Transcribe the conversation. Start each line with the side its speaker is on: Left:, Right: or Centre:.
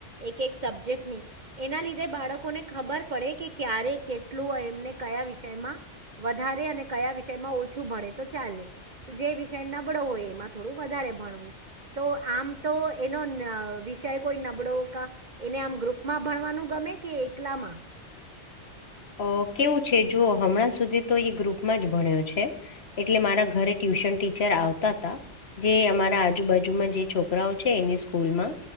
Right: એક એક સબ્જેક્ટ ની એના લીધે બાળકોને ખબર પડે કે ક્યારે કેટલું એમને કયા વિષયમાં વધારે અને કયા વિષયમાં ઓછું ભણે તો ચાલે તો જે વિષય નબળો હોય એમાં થોડુ વધારે ભણવું તો આમ તો એનો વિષય કોઈ નબળો કા ને આમ ગ્રુપમાં ભણવાનું ગમે કે એકલામાં?
Left: અ કેવું છે, જુઓ હમણાં સુધી તો એ ગ્રુપમાં જ ભણ્યો છે, એટલે મારા ઘરે ટયુ ટ્યુશન ટીચર આવતા હતા જે અમારા આજુબાજુમાં જે છોકરાઓ છે, એની સ્કૂલમાં